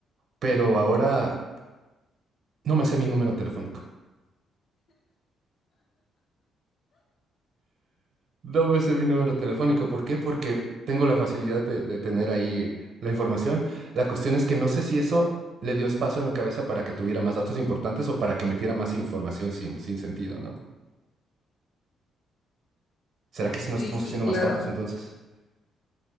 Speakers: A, on the right (about 60°); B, on the left (about 50°).
A: Pero ahora no me sé mi número telefónico. No me sé mi número telefónico. ¿Por qué? Porque tengo la facilidad de, de tener ahí la información. La cuestión es que no sé si eso le dio espacio a mi cabeza para que tuviera más datos importantes o para que metiera más información sin, sin sentido, ¿no? ¿Será que si nos
B: Sí,
A: estamos
B: sí,
A: haciendo
B: claro.
A: más tontos entonces?